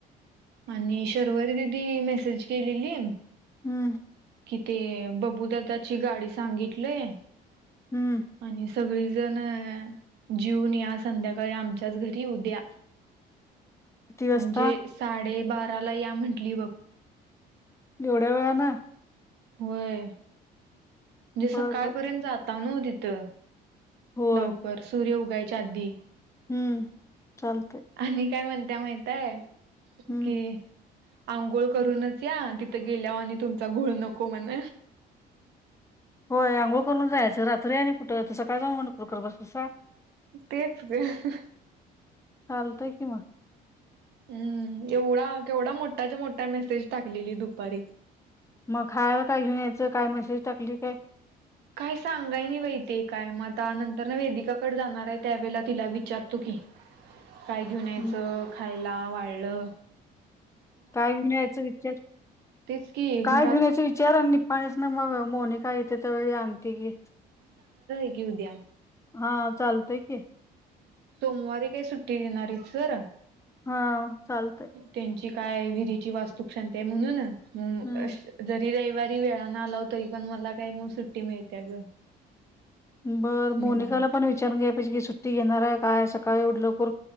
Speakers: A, on the right (about 80°); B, on the left (about 15°).
A: आणि शर्वरी दिदी मेसेज केलेली
B: हम्म
A: कि ते ब अबू ददाची गाडी सांगितलय
B: हम्म
A: आणि सगळी जण ह जूनया संध्याकाळी आमच्याच घरी उद्या
B: किती वाजता
A: म्हणजे साडेबाराला या म्हंटली बघ
B: एवढ्या वेळान
A: होय म्हणजे
B: बर
A: सकाळपर्यंत
B: बर
A: जाताव न तिथं
B: होय
A: लवकर सूर्य उगायच्या आधी
B: हम्म चाल
A: आणि काय म्हणत्या माहितय
B: हम्म
A: कि आंघोळ करूनच या तिथं गेल्याव आणि तुमचा घोळ नको म्हण
B: होय अंघोळ करून जायचं रात्री आणि कुठं सकाळ जाऊन म्हणरकर बसतसा
A: तेच ग ह
B: चालतंय कि म
A: हम्म एवढा केवढा मोठाच्या मोठा मेसेज टाकलेली दुपारी
B: मग खायला काय घेऊन यायचं काय मेसेज टाकली काय
A: काय सांगाय नाहीबाईतीकाय मआता नंतरन वेदिकाकड जाणार आहे त्यावेेळेला तिला विचारतो की काय घेऊन यायचं
B: हम्म.
A: खायला वाळं
B: काय घेवूनयाच विचार
A: तेच की घरात
B: काय घेवूनयाचे विचार आणि पाणीचनामग मोनिका येथे त्यावेळी आणते की
A: घेऊद्या
B: हा चालतय की
A: सोमवारी काय सुट्टी देणाराईत सर
B: हा चालतय
A: त्यांची काय व्हिरीची वास्तूक शांतीहाय म्हणून हमम
B: हम्म
A: <unintelligible> जरी रवी रविवारी वेळान आलाव तरीपण मला कायमग सुट्टी मिळत्या ग
B: बर
A: निवांत
B: मोनिकाला पण विचारून घे <unintelligible> सुट्टी घेणार आहे काय सकाळी उठल कूर